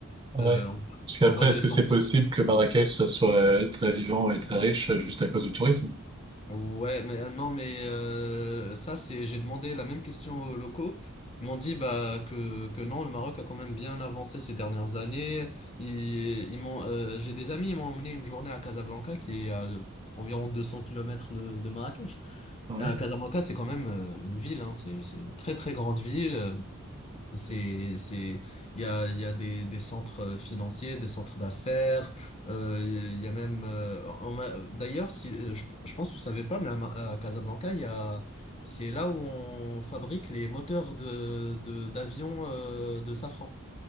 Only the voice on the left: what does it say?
Euh, on
on voit des
gens.
Ouais, mais euh, non, mais euh, ça, c'est, j'ai demandé la même question aux locaux. Ils m'ont dit bah que que non, le Maroc a quand même bien avancé ces dernières années. Ils, ils m'ont, euh, j'ai des amis, ils m'ont emmené une journée à Casablanca, qui est à euh, environ 200 kilomètres de, de Marrakech.
Euh, Casablanca, c'est quand même euh, une ville, hein, c'est c'est une très très grande ville. C'est, c'est, il y a, il y a des, des centres euh, financiers, des centres d'affaires, euh, il y a même, euh, on m'a- euh, d'ailleurs, si, euh, je, je pense que tu savais pas, mais à, Ma- à Casablanca, il y a, c'est là où on fabrique les moteurs de, de, d'avions, euh, de safran.